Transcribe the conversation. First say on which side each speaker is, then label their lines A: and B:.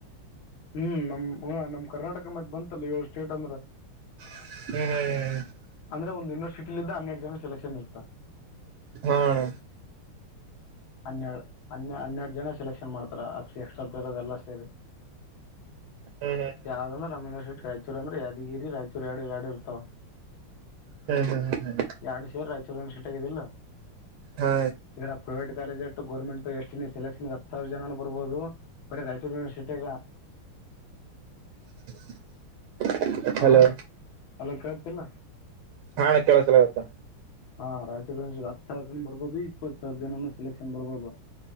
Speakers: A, on the left; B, on the right.
A: ಹ್ಮ್ ನಮ್ ಹ ನಮ್ ಕರ್ನಾಟಕ ಮತ್ ಬಂತಲ್ಲ ಏಳ್ ಸ್ಟೇಟ್ ಅಂದ್ರ
B: ಹ್ಮ್ ಹ್ಮ್್ಮ್
A: ಅಂದ್ರೆ ಒಂದು ಯೂನಿವರ್ಸಿಟಿ ಲಿಂದ್ ಹನ್ನೆರ ಜನ ಸಲೆಕ್ಷನ್ ಇರ್ತ
B: ಹಾ ಅಣ್ಣ
A: ಹನ್ನೆರಡು ಹ ಹನ್ನೆರಡು ಜನ ಸೆಲೆಕ್ಷನ್ ಮಾಡ್ತಾರೆ ಅಕ್ಷಿ ಎಕ್ಸ್ಟ್ರಾ ಪ್ಲೇಯರ್ ಅದೆ ಎಲ್ಲ ಸೇರಿ <inaudible>
B: ಹ್ಮ ಹ್ಮ
A: ಯಾವ್ದ ಅಂದ್ರ ರಮೀಂದ್ರೀ ರಾಯಚೂರ್ಂದ್ರ ಯಾದಗಿರಿ ರಾಯಚೂರ ಎರಡು ಎರಡು ಇರ್ತಾವ
B: ಹ್ಮ ಹ್ಮ ಹ್ಮ ಹ್ಮ
A: ಎರಡ್ ಸೇರಿ ರಾಯಚೂರಿ ಸಿಟಿಗ ಇದಿ ಇಲ್ಲೋ
B: ಹಾ
A: ಇರ ಪ್ರೈವೇಟ್ ಕಾಲೇಜ್ ಷ್ಟು ಗೋರ್ಮೆಂಟ್ ಎಷ್ಟು ಸೆಲೆಕ್ಷನ್ಗೆ ಹತ್ತು ಸಾವಿರ ಜನ ಬರ್ಬಹುದು ಬರೆ ರಾಯಚೂರು ಯನಿವರ್ಸಿಟಿಗಲಾ
B: <inaudible>
A: ಆ
B: ಹಲೋ
A: ಅಲ್ಲ ಕಳ್ತಿಲ್ಲ
B: ಹಾ ಕೆಲಸಲಾಕಗತ್ತದ
A: ಹಾ ರೈಚೂರ್ ಹತ್ ಸಾವಿರ ಜನ ಬರ್ಬೋದು ಇಪ್ಪತ್ ಸಾವಿರ ಜನ ಸೆಲೆಕ್ಷನ್ ಬರ್ಬೋದು